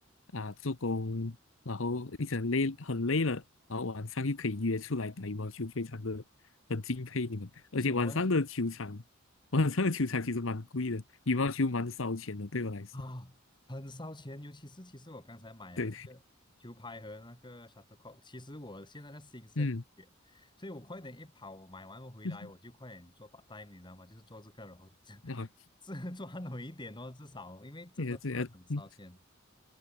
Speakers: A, on the left; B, on the left.
A: 啊、做工，然后一整累很累了，然后晚上又可以约出来打羽毛球，非常的很敬佩你们。
B: 是什么呢？
A: 而且晚上的球场，<laughs> 晚上的球场其实蛮贵的，羽毛球蛮烧钱的，对我来说。
B: 啊，很烧钱，尤其是其实我刚才买了这个球拍和那个
A: 对，
B: shuttlecock，其实我现在的心是在滴血，
A: 嗯，
B: 所以我快点一跑，我买完回来我就快点做把
A: <laughs>
B: a 你知道吗？就是做这个，然后这
A: 那好，
B: 这 <laughs> 赚回一点哦，至少因为真的是很烧钱
A: 谢谢这样，嗯